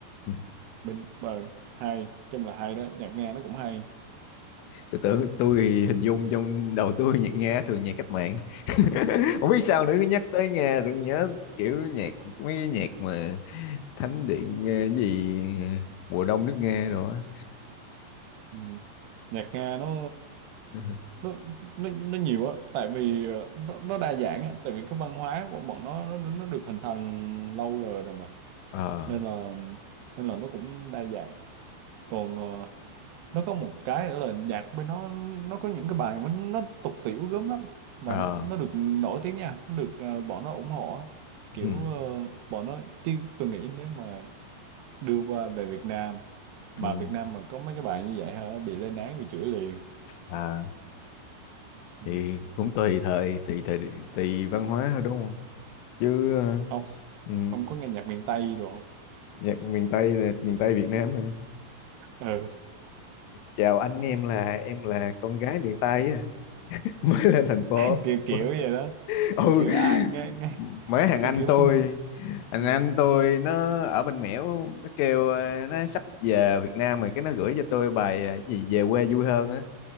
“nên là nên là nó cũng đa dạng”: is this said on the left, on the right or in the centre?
Right